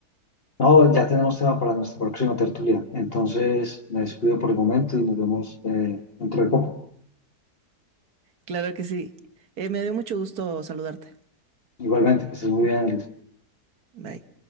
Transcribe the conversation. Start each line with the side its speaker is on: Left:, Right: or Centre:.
Left: No, ya tenemos tema para nuestra próxima tertulia. Entonces, me despido por el momento y nos vemos eh, dentro de poco.
Right: Claro que sí. Eh, me dio mucho gusto saludarte.
Left: Igualmente, que estés muy bien.
Right: Bye.